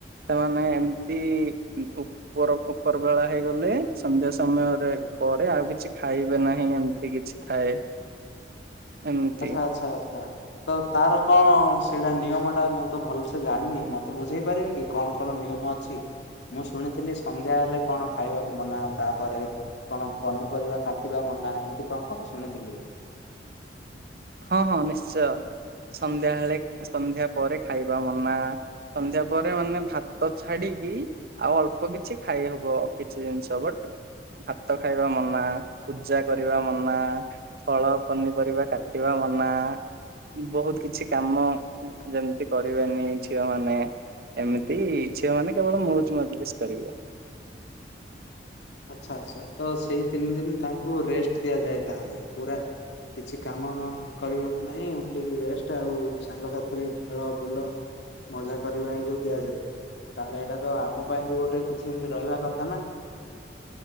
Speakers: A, on the right (about 55°); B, on the left (about 80°).
A: ସେମାନେ ଏମିତି ଉପର ଉପର ବେଳା ହେଇଗଲେ ସନ୍ଧ୍ୟା ସମୟରେ ପରେ ଆଉ କିଛି କିଛି ଖାଇବେ ନାହିଁ ଏମିତି କିଛି ଥାଏ ଏମିତି
B: ଆଚଛା ଆଚ୍ଛା ଆଚ୍ଛା ତ ତାର କଣ ସେଇଟା ନିୟମଟା ମୁଁ ତ ଭଲସେ ଜାଣିନି ମୋତେ ବୁଝେଇ ପାରିବେ କି କଣ କଣ ନିୟମ ଅଛି ମୁଁ ଶୁଣିଥିଲି ସନ୍ଧ୍ୟା ହେଲେ କଣ ଖାଇବାକୁ ମନା ତାପରେ କଣ ପନିପରିବା କାଟିବା ମନା ଏମିତି କଣ କଣ ଶୁଣିଥିଲି
A: ହଁ ହଁ ନିଶ୍ଚୟ ସନ୍ଧ୍ୟାବେଳେ ସନ୍ଧ୍ୟା ପରେ ଖାଇବା ମନା ସନ୍ଧ୍ୟା ପରେ ମାନେ ଭାତ ଛାଡିକି ଆଉ ଅଳ୍ପ କିଛି ଖାଇ ହବ କିଛି ଜିନିଷ ବଟ ଭାତ ଖାଇବା ମନା ପୂଜା କରିବା ମନା ଫଳ ପନିପରିବା କାଟ କଟିବା ମନା ବହୁତ କିଛି କାମ ଯେମିତି କରିବେନି ଝିଅ ମାନେ ଏମିତି ଝିଅ ମାନେ କେବଳ ମଜ ମଜଲିସ୍ କରିବେ
B: ଆଚ୍ଛା ଆଚ୍ଛା ତ ସେଇ ତିନି ଦିନ ତାଙ୍କୁ ରେଷ୍ଟ ଦିଆଯାଏ ତାହେଲେ ପୁରା କିଛି କାମ କରିବାକୁ ନାହିଁ ଓନ୍ଲି ରେଷ୍ଟ ଆଉ ସାଙ୍ଗସାଥିରେ ଖେଳ ବୁଲ ମଜା କରିବାକୁ ଦିଆଯାଏ ତାହେଲେ ଏଇଟା ତ ଆମ ପାଇଁ ବି ଗୋଟେ କିଛି ଏମତି ରହିବା କଥା ନା